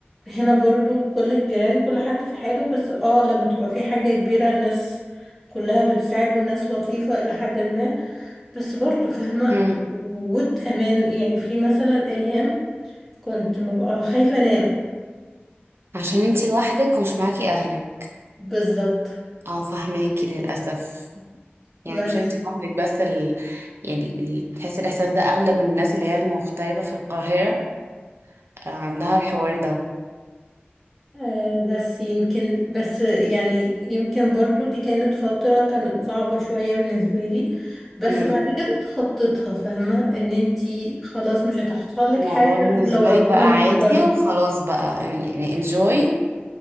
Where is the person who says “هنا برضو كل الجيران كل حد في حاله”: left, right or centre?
Centre